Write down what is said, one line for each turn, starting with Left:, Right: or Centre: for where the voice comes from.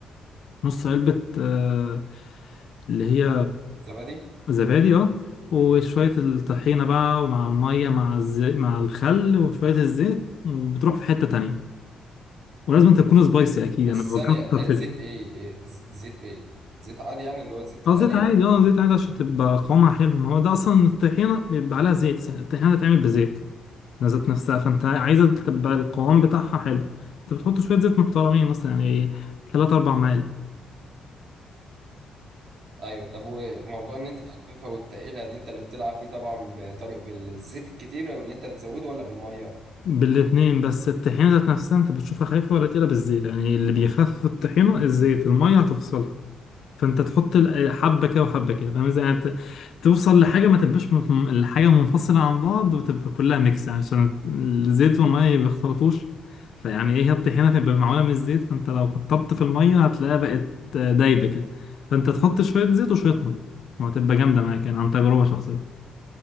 Left: نص علبة آه، اللي هي
Right: زبادي
Left: زبادي اه وشوية الطحينة بقى ومع المية مع الز... مع الخل وشوية الزيت وبتروح في حتة تانية ولازم تكون سبايسي أكيد
Right: بس
Left: أنا بكتر
Right: ثانية آه،
Left: فلفل
Right: زيت ايه آه، ز- زيت ايه زيت عادي يعني اللي هو زيت
Left: اه
Right: القلية
Left: زيت عادي اه زيت عادي عشان تبقى قوامها حلو ما هو ده أصلا الطحينة بيبقى عليها زيت الطحينة هتتعمل بزيت ذات نفسها فأنت عايزة تبقى القوام بتاعها حلو أنت بتحط شوية زيت محترمين مثلا يعني تلات أربع معالق
Right: ايوه طب وموضوع ان انت تخففها وتقيلها دي انت اللي بتلعب فيه طبعا بطريق بالزيت الكتير واللي انت بتزوده ولا بالمية
Left: بالاتنين بس الطحينة ذات نفسها انت بتشوفها خايفة ولا تقيلة بالزيت يعني اللي بيخفف الطحينة الزيت المية هتفصلها فانت تحط ال- حبة كده وحبة كده فاهم ازاي يعني ت- توصل لحاجة ما تبقاش من- الحاجة منفصلة عن بعض وتبقى كلها ميكس يعني عشان الزيت والمية ما بيختلطوش فيعني ايه هي الطحينة تبقى معمولة من الزيت فانت لو كترت في المية هتلاقيها بقت دايبة كده فانت تحط شوية زيت وشوية مية وهتبقى جامدة معاك يعني عن تجربة شخصية